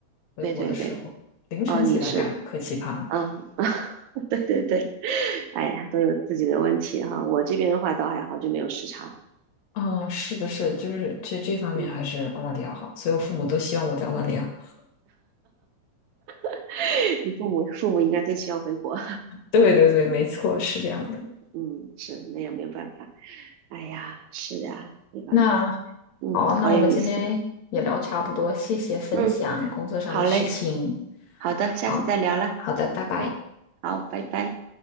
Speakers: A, on the left (about 70°); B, on the right (about 80°).
A: 回国的时候凌晨起来干，
B: 对对对。哦，你是，
A: 可奇葩了。
B: 啊啊，<laughs> 对对对。哎呀，都有自己的问题哈。我这边的话倒还好，就没有时差。
A: 嗯，是的是的，就是这这方面还是澳大利亚好，
B: 嗯，
A: 所以我父母都希望我在澳大利亚。
B: <laughs> 你父母父母应该最希望回国。
A: 对对对，没错，是这样的。
B: <laughs> 嗯，是，那也没有办法。哎呀，是呀，没办法。
A: 那
B: 嗯，
A: 好啊那我们今天也聊差不多，
B: 好有意思。
A: 谢谢分享工作上的事情。
B: 嗯，好嘞，好的，
A: 好，
B: 下次再聊啦。
A: 好的，拜拜。
B: OK，好，拜拜。